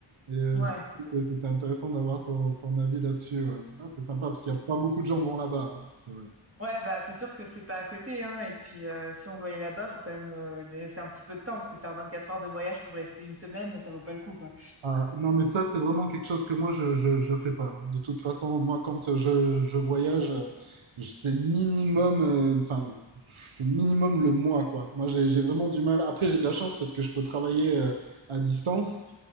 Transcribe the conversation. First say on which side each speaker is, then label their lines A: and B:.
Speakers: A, on the right (about 80°); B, on the right (about 30°).
A: Et euh,
B: Ouais.
A: du coup, c'est- c'était intéressant d'avoir ton, ton avis là-dessus. ouais. Ah, c'est sympa parce qu'il n'y a pas beaucoup de gens vont là-bas. hein. C'est vrai.
B: Ouais, bah c'est sûr que c'est pas à côté, hein. Et puis euh, si on veut aller là-bas, faut quand même euh, laisser un petit peu de temps parce que faire 24 heures de voyage pour rester une semaine, ça vaut pas le coup, quoi.
A: Ah, non, mais ça, c'est vraiment quelque chose que moi, je, je, je fais pas. De toute façon, moi, quand je, je voyage, euh, je- c'est minimum, euh, enfin, c'est minimum le mois, quoi. Moi, j'ai, j'ai vraiment du mal. Après, j'ai de la chance parce que je peux travailler euh, à distance.